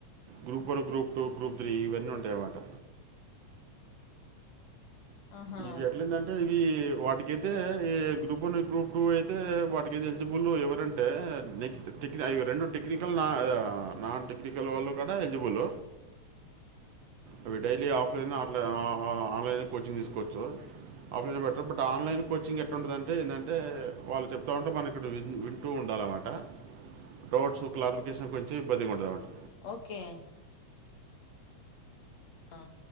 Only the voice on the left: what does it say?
ఆహా
ఓకే ఆ